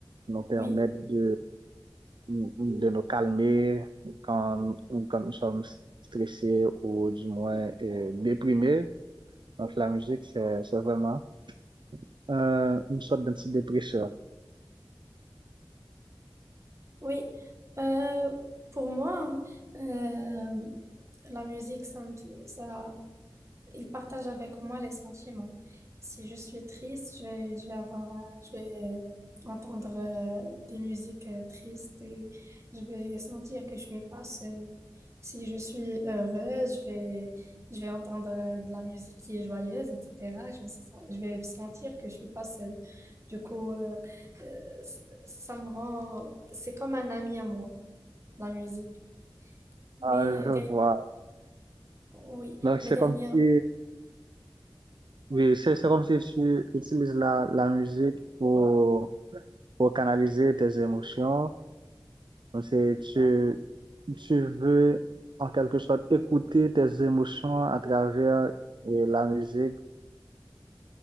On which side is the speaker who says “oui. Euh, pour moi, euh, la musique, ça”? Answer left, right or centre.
Right